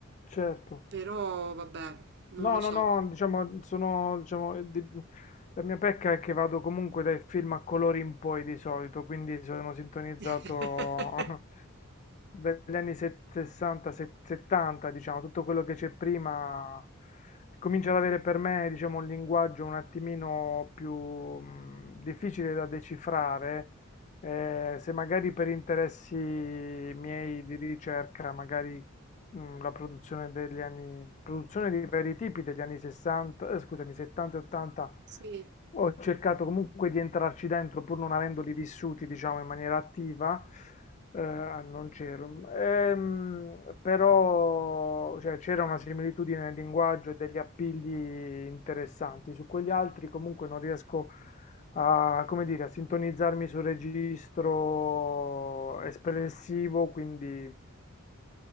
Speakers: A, on the left (about 35°); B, on the right (about 55°).
A: certo.
B: però vabbè, non
A: No,
B: lo so.
A: no, no, diciamo, sono, diciamo, eh, di- la mia pecca è che vado comunque dai film a colori in poi di solito, quindi sono sintonizzato
B: <laughs>
A: <laughs> dagli anni set- 60, set- 70, diciamo, tutto quello che c'è prima comincia ad avere per me, diciamo, un linguaggio un attimino più mh, difficile da decifrare, eh, se magari per interessi miei di ricerca, magari mm, la produzione degli anni, produzione di vari tipi degli anni 60, eh, scusami, 70 e 80.
B: Sì.
A: Ho cercato comunque di entrarci dentro pur non avendoli vissuti, diciamo, in maniera attiva. Eh, non c'ero, Ehm, però cioè, c'era una similitudine nel linguaggio e degli appigli interessanti. Su quegli altri comunque non riesco a, come dire, a sintonizzarmi sul registro espressivo, quindi